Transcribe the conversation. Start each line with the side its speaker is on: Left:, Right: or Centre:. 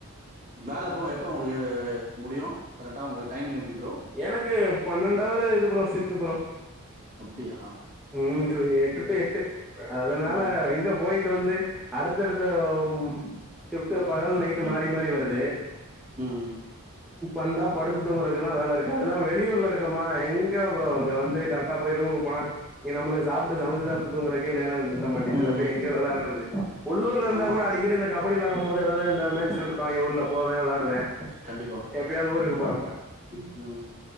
Right: வேல எப்போ எப்போ உங்களுக்கு முடியு கரெக்டா உங்களுக்கு டைமிங் எப்டி ப்ரோ
Centre: எனக்கு பன்னெண்டவரு இது ப்ரோ சிப்ட் ப்ரோ
Right: அப்டியா
Centre: ம் எட்டு டு எட்டு அதனால
Right: ம்
Centre: எங்க போயிட்டு வந்து அடுத்தடுத்த ம் சிப்ட் பகல் நைட்டு
Right: ம்
Centre: மாறி மாறி வருது
Right: ம்
Centre: இப்பந்தா படுத்து தூங்கறதுக்குதா வேல இருக்கு அதெல்லா வெளியூர்ல இருக்கமா எங்க ப்ரோ அங்க வந்து கரெக்டா போய் ரூமுக்கு போனா இங்க நம்மளுக்கு சாப்ட்டு சமச்சு சாப்ட்டு தூங்கறக்கே நேரோ பத்த மாட்ட இதுல
Right: ம்
Centre: போய் எங்க வெளடுறது உள்ளூர்ல இருந்தா
Right: ஆமா
Centre: கூட அடிக்கடி இந்த கபடி விளாடும் போது ஏதாவது இந்த மேட்சு நடத்துவாங்க ஊர்ல போவே விளாடுவே
Right: கண்டிப்பா
Centre: எப்பயாது ஊருக்கு போறப்ப
Right: ம்